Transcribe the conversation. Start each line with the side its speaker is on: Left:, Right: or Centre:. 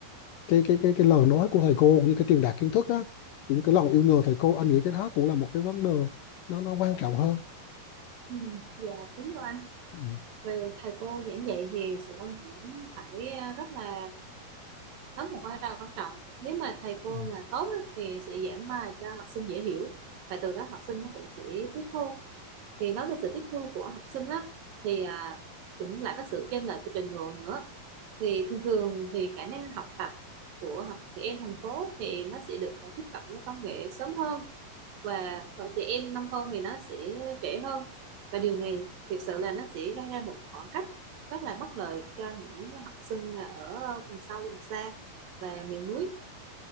Left: cái cái cái cái lời nói của thầy cô cũng như cái truyền đạt kiến thức đó những cái lòng yêu nghề thầy cô anh nghĩ cái đó cũng là một cái vấn đề nó nó quan trọng hơn
Right: ừ, dạ đúng rồi anh
Left: ừ,
Right: về thầy cô giảng dạy thì sự đông diễn phải ờ, rất là đóng một vai trò quan trọng nếu mà thầy cô
Left: ừ,
Right: mà tốt á, thì sẽ giảng bài cho học sinh dễ hiểu và từ đó học sinh nó cũng sẽ tiếp thu thì nói về sự tiếp thu của học sinh á thì à, cũng là có sự chênh lệch về trình độ nữa thì thường thường thì khả năng học tập của học trẻ em thành phố thì nó sẽ được à, tiếp cận với công nghệ sớm hơn và ở trẻ em nông thôn thì nó sẽ trễ hơn và điều này thực sự là nó sẽ gây ra một khoảng cách rất là bất lợi cho những học sinh mà ở vùng sâu vùng xa và miền núi